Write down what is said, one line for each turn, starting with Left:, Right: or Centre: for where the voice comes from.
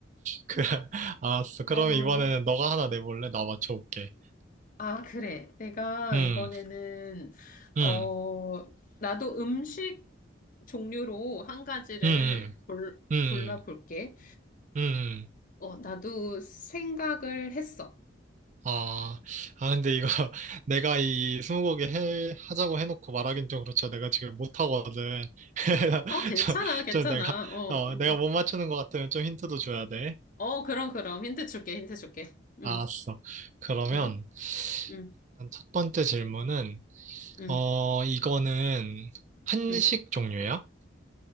Right: 그래, <laughs> 알았어. 그러면
Left: 어,
Right: 이번에는 너가 하나 내볼래? 나 맞춰볼게.
Left: 아, 그래. 내가
Right: 음,
Left: 이번에는,
Right: 음,
Left: 어, 나도 음식 종류로 한 가지를
Right: 음, 음,
Left: 골,
Right: 음,
Left: 골라볼게.
Right: 음. 음.
Left: 어, 나도 생각을 했어.
Right: 아, 아, 근데 이거 <laughs> 내가 이 스무고개 해, 하자고 해놓고 말하긴 좀 그렇죠. 내가 지금 못하거든. <laughs>
Left: 어, 괜찮아,
Right: 저,
Left: 괜찮아.
Right: 저 내가,
Left: 어,
Right: 어,
Left: 음.
Right: 내가 못 맞추는 것 같으면 좀 힌트도 줘야 돼.
Left: 어, 그럼, 그럼. 힌트 줄게, 힌트 줄게.
Right: 알았어.
Left: 응,
Right: 그러면
Left: 응, 응,
Right: 일단 첫 번째 질문은,
Left: 응,
Right: 어, 이거는 한식
Left: 응.
Right: 종류야?